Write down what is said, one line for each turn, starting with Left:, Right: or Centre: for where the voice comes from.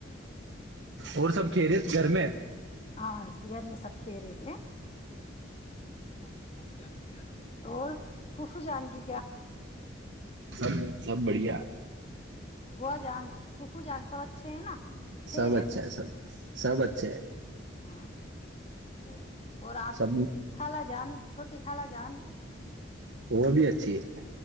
Right: اور سب کھیرے گھر میں
Left: ہاں گغر میں سب خیرے <unintelligible> پک پوکو جنی کیا ہے نا اور فف جان کیی
Right: سب سب بڑھیا <unintelligible>
Left: بو جان ففو جان سب اچھے ہے نا خیریت
Right: سب اچھا ہے سب سب اچھا ہے
Left: ہاں <unintelligible> ب <unintelligible> اور آپ
Right: سب
Left: کی خالا جان چھوٹی خالا جان
Right: وہ بھی اچھی ہے